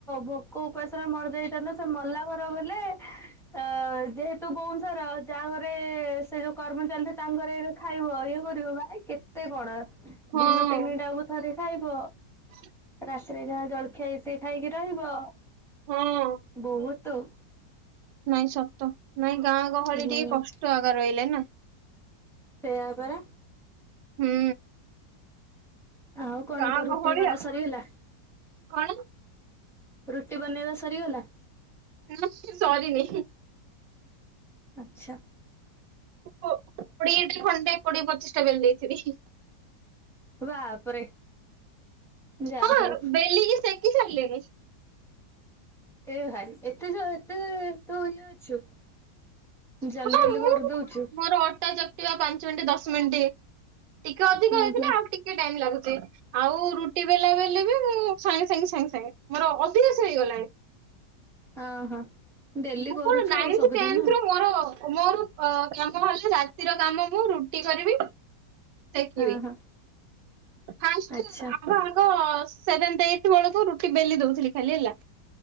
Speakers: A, in the centre; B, on the right (about 80°).
A: ଭୋକ ଉପାସରେ ମରି ଯାଇଥାନ୍ତେ। ସେ ମଲା ଘର ବୋଲେ ଅ ଯେହେତୁ ବଉଶର ଯାହାଘର ଏ ସେ ଯୋଉ କର୍ମ ଚାଲିଥିବ ତାଙ୍କଘରେ ଖାଇବ ଇଏ କରିବ ଭାଇ କେ ତେ କଣ
B: ହଁ
A: ଦିନ ତିନିଟାକୁ ଥରେ ଖାଇବ।
B: <inaudible>
A: ମାସରେ ଯାହା ଜଳଖିଆ ଇଏ ସିଏ ଖାଇକି ରହିବ।
B: ହଁ
A: ବୋହୁତ୍
B: ନାଇଁ ସତ ନାଇଁ ଗାଁ ଗହଳି
A: ହୁଁ
B: ଟିକେ କଷ୍ଟ ଆଗା ରହିଲେ ନା।
A: ସେଇଆ ପରା।
B: ହୁଁ।
A: ଆଉ କଣ
B: ଗାଁ
A: ତୋ ରୁଟି
B: ଗହଳି
A: କରା
B: ଆଉ
A: ସରିଗଲା?
B: କଣ
A: ରୁଟି ବନେଇବା ସରିଗଲା?
B: ନା ସେ ସରିନି।
A: ଆଚ୍ଛା।
B: କୋଡିଏଟା ଖଣ୍ଡେ କୋଡିଏ ପଚିଶିଟା ବେଲି ଦେଇଥିଲି।
A: ବାପରେ। ଯାହା
B: ହଁ
A: ହଉ
B: ବେଲିକି ସେକି ସାରିଲିଣି।
A: ଏ ଭାଇ ଏତେ ଯ ଏତେ ତୁ ଇଏ ଅଛୁ? ଜଲ୍ଦୀ
B: ହଁ
A: ଜଲ୍ଦୀ
B: ମୁଁ
A: କରି ଦଉଛୁ।
B: ମୋର ଅଟା ଚକ୍ ଟିବା ପାଞ୍ଚ ମିନିଟ୍ ଦଶ ମିନିଟ୍ ଟିକେ ଅଧିକ
A: ଉୁଁ
B: ହେଇଥିଲା
A: ହୁଁ
B: ଆଉ ଟିକେ ଟାଇମ୍ ଲାଗୁଛି। ଆଉ ରୁ ରୁଟି ବେଲା ବେଲି ବି ମୁଁ ସାଙ୍ଗେ ସାଙ୍ଗେ ସାଙ୍ଗେ ସାଙ୍ଗେ। ମୋର ଅଭ୍ୟାସ ହେଇଗଲାଣି।
A: ଅଁ ହଁ। ଡେଲି
B: ମୁଁ
A: କରୁଛୁ
B: କଣ ନାଇନ୍ଥ
A: ଆଉ ସବୁଦିନ
B: ଟେନ୍ଥରୁ ମୋର ମୋର ଅ କାମ ହେଲା ରାତିର କାମ ମୁଁ ରୁଟି କରିବି ସେକିବି।
A: ଆଉ ହଁ ହଁ
B: ଫାଷ୍ଟ
A: ଆଚ୍ଛା
B: ହବ ହବ ସେଭେନ୍ ଡେଟ ବେଳକୁ ରୁଟି ବେଲି ଦୋଉ ଥିଲି ଖାଲି।